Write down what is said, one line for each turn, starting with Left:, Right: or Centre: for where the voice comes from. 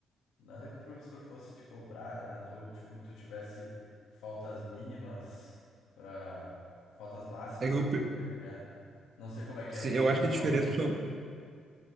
Left: Nada que o professor fosse te cobrar, né? nada- Ou tipo, tu tivesse faltas mínimas para faltas máximas
Right: É que eu,
Left: pra
Right: pe-
Left: fazer, tá ligado? Não sei como é que
Right: sim,
Left: é aí
Right: eu
Left: na tua
Right: acho que
Left: escola.
Right: a diferença principal-